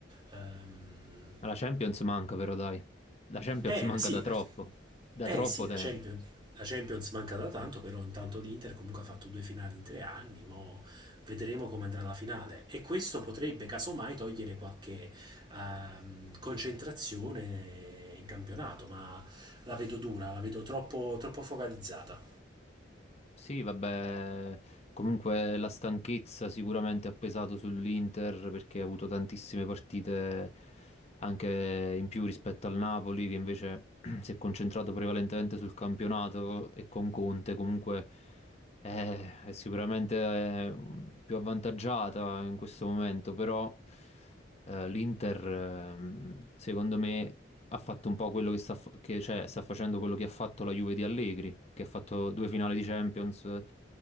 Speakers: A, on the right (about 25°); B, on the left (about 35°).
A: Ehm,
B: la Champions manca, però, dai. La Champions
A: eh,
B: manca
A: sì,
B: da troppo,
A: la,
B: da
A: eh
B: troppo
A: sì,
B: tempo.
A: la Champions, la Champions manca da tanto, però intanto l'Inter comunque ha fatto due finali in tre anni, mo vedremo come andrà la finale e questo potrebbe casomai togliere qualche ehm, concentrazione in campionato, ma la vedo dura, la vedo troppo, troppo focalizzata.
B: Sì, vabbè, comunque la stanchezza sicuramente ha pesato sull'Inter perché ha avuto tantissime partite anche in più rispetto al Napoli che invece <clears throat> si è concentrato prevalentemente sul campionato e con Conte comunque è, è sicuramente eh, più avvantaggiata in questo momento, però eh, l'Inter ehm, secondo me ha fatto un po' quello che sta, fa- che, cioè, sta facendo quello che ha fatto la Juve di Allegri, che ha fatto due finali di Champions, eh,